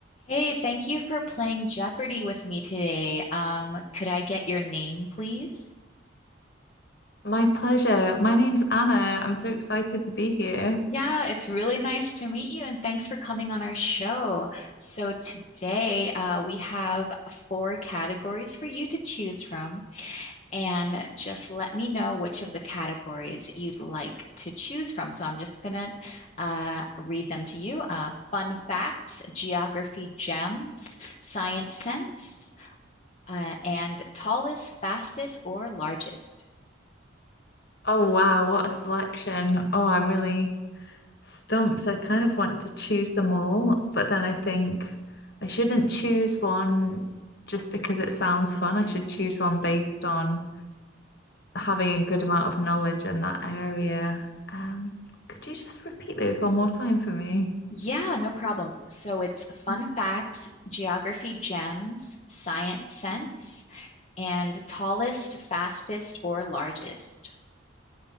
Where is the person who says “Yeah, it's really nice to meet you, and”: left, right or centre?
Left